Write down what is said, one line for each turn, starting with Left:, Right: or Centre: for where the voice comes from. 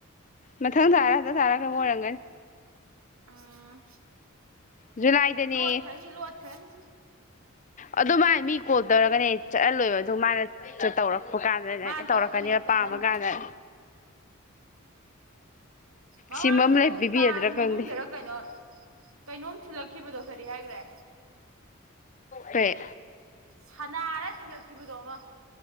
Left: ꯃꯊꯪ ꯇꯥꯔꯗ ꯇꯥꯔꯒ ꯑꯣꯏꯔꯝꯒꯅꯤ
Right: ꯎꯝ
Left: ꯖꯨꯂꯥꯏꯗꯅꯦ
Right: ꯂꯣꯠꯈ꯭ꯔꯅꯤ ꯂꯣꯠꯈ꯭ꯔꯅꯤ
Left: ꯑꯗꯨ ꯃꯥ ꯃꯤ ꯀꯣꯜ ꯇꯧꯔꯒꯅꯦ ꯆꯠꯍꯜꯂꯣꯏꯕ ꯑꯗꯨ ꯃꯥꯅ ꯇꯧꯔ ꯀꯥꯟꯗ
Right: ꯃꯥꯅ
Left: ꯇꯧꯔꯛꯀꯅꯦꯕ
Right: ꯇꯧꯔꯒꯅ ꯍꯦꯛ ꯆꯠꯍꯟꯕ
Left: ꯄꯥꯝꯃ ꯀꯥꯟꯗ
Right: ꯃꯃꯥꯡꯗꯁꯨ
Left: ꯁꯤꯃ ꯑꯃ ꯂꯩ ꯄꯤꯕꯤꯔꯗ꯭ꯔꯥ
Right: ꯀꯥꯡ ꯃꯅꯨꯡꯗꯔ
Left: ꯈꯪꯗꯦ
Right: ꯀꯩꯅꯣ ꯀꯩꯅꯣꯝ ꯊꯤꯜꯂꯛꯈꯤꯕꯗꯣ ꯀꯔꯤ ꯍꯥꯏꯈ꯭ꯔꯦ
Left: ꯀꯩ
Right: ꯁꯅꯥꯔ ꯊꯤꯜꯂꯛꯈꯤꯕꯗꯣ ꯑꯃ